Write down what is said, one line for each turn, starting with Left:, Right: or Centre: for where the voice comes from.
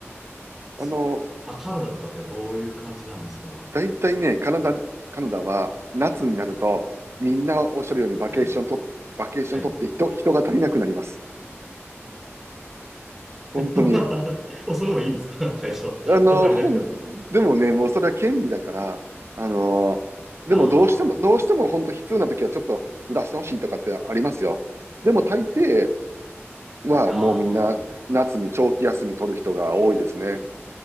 Right: あの
Centre: そあ、カナダとかってどういう感じなんですか
Right: だいたいね、カナダ、カナダは夏になると、みんなおっしゃるようにバケーションと、
Centre: はい。
Right: バケーション取って人、
Centre: はい。
Right: 人が足りなくなります。
Centre: <laughs>
Right: 本当に。
Centre: それでもいいんですか会社。
Right: あの、
Centre: 人足りなくても。
Right: 本、でもね、もうそれは権利だから、あの、でもどうしても、
Centre: あ
Right: どうしても本当必要な時はちょっとずらしてほしいとかってありますよ。でも大抵はもうみんな夏に長期休み取る人が多いですね。
Centre: あ、ああ、う